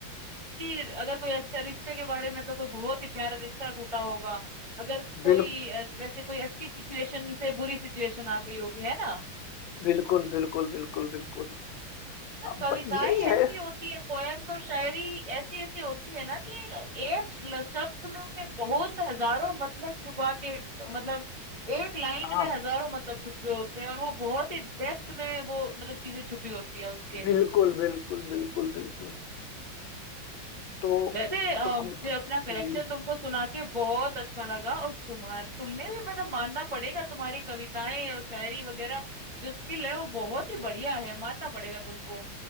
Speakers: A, on the right (about 15°); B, on the left (about 75°).
A: अच्छी अगर कोई अच्छा रिश्ते के बारे में तो कोई बहुत ही प्यारा रिश्ता टूटा होगा अगर कोई
B: बिल
A: अ, वैसे कोई अच्छी सिचुएशन से बुरी सिचुएशन आ गई होगी है ना
B: बिल्कुल बिल्कुल बिल्कुल बिल्कुल
A: तो
B: अब
A: कविताएं
B: ब- यही है
A: ऐसी होती है पोएम्स और शायरी ऐसी ऐसी होती है ना कि एक ल- शब्द में उन्हें बहुत हजारों मतलब छुपा के मतलब एक लाइन
B: हाँ
A: में हजारों मतलब छुपे होते हैं और वो बहुत ही डेप्थ में वो मतलब चीजें छुपी होती हैं उसके
B: बिल्कुल बिल्कुल बिल्कुल बिल्कुल तो
A: वैसे अ,
B: तो हम
A: मुझे
B: हम्म,
A: अपना कलेक्शन तुमको सुना के बहुत अच्छा लगा और तुम्हारे तुमने भी मतलब मानना पड़ेगा तुम्हारी कविताएं और शायरी वगैरह जो स्किल है वो बहुत ही बढ़िया है मानना पड़ेगा तुमको